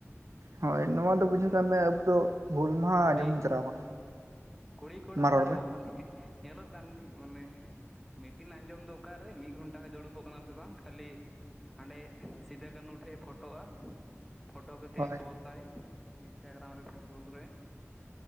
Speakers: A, on the right; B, in the centre.
A: ᱦᱳᱭ ᱱᱚᱣᱟ ᱫᱚ ᱵᱩᱡᱷᱟᱹᱣ
B: ᱢᱟᱱᱮ
A: ᱠᱟᱜ ᱢᱮ ᱟᱵᱚ ᱫᱚ ᱦᱩᱞ ᱢᱟᱦᱟ
B: ᱠᱩᱲᱤ
A: ᱟᱸᱡᱚᱢ ᱵᱚᱱ ᱪᱟᱞᱟᱣ ᱠᱟᱱᱟ,
B: ᱠᱩᱲᱤ ᱠᱚᱲᱟ
A: ᱢᱟ
B: ᱠᱚᱢᱟ
A: ᱨᱚᱲ ᱢᱮ
B: ᱢᱟᱱᱮ ᱧᱮᱞᱚᱜ ᱠᱟᱱ ᱜᱮ ᱢᱟᱱᱮ ᱢᱤᱴᱤᱱ ᱟᱸᱡᱚᱢ ᱫᱚ ᱚᱠᱟᱨᱮ ᱢᱤᱫ ᱜᱷᱚᱱᱴᱟ ᱦᱚᱭ ᱫᱩᱲᱩᱵᱚᱜ ᱠᱟᱱᱟ ᱥᱮ ᱵᱟᱝ ᱠᱷᱟᱹᱞᱤ ᱦᱟᱸᱰᱮ ᱥᱤᱫᱩ ᱠᱟᱹᱱᱦᱩ ᱴᱷᱮᱡ ᱮ ᱯᱷᱳᱴᱳᱜᱼᱟ, ᱯᱷᱳᱴᱳ ᱠᱚᱛᱮ
A: ᱦᱳᱭ
B: ᱯᱳᱥᱴ ᱟᱭ ᱤᱱᱥᱴᱮᱜᱨᱟᱢ, ᱯᱷᱮᱥᱵᱩᱠ ᱨᱮ